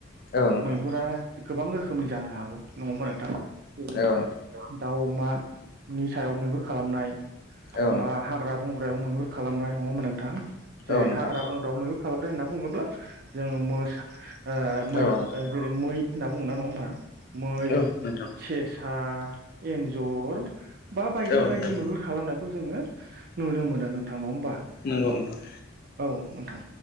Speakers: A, on the left; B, on the right.
A: औ नोंथां
B: मैहुरा गोबां रोखोम रोखोमनि जानो हागौ नङा हबा नोंथां जेरै-
A: औ नोंथां
B: दाउ अमा नि सायाव मैहुर खालामनाय
A: औ नोंथां
B: बा हाग्रा बंग्रायाव मैहुर खालामनाय नङाहोनबा नोंथां जेरै-
A: औ नोंथां
B: हाग्रा बंग्रायाव मैहुर खालामबाय होनना बुङोब्ला जोङो मोसा ओ मै
A: औ नोंथां
B: जेरै- मै होनना बुङना नङा होमबा मै,
A: औ नोंथां
B: सेसा, एन्जर बा बायदि
A: औ
B: बायदि
A: नोंथां
B: मैहुर खालामनायखौ जोङो नुनो मोनो नोंथांनाव होमबा।
A: नोंगौ नोंथां।
B: औ नोंथां